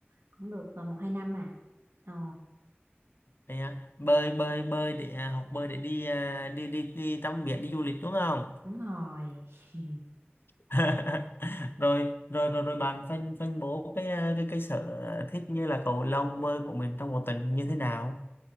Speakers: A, on the right; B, on the left.
A: cũng được ờ, một hai năm à ờ
B: vậy à, bơi bơi bơi để à, học bơi để đi à, đi đi đi tắm biển đi du lịch đúng không
A: đúng rồi <laughs>
B: <laughs> rồi rồi rồi rồi bạn phân phân bố cái à, cái cái sở thích như là cầu lông bơi của mình trong một tuần như thế nào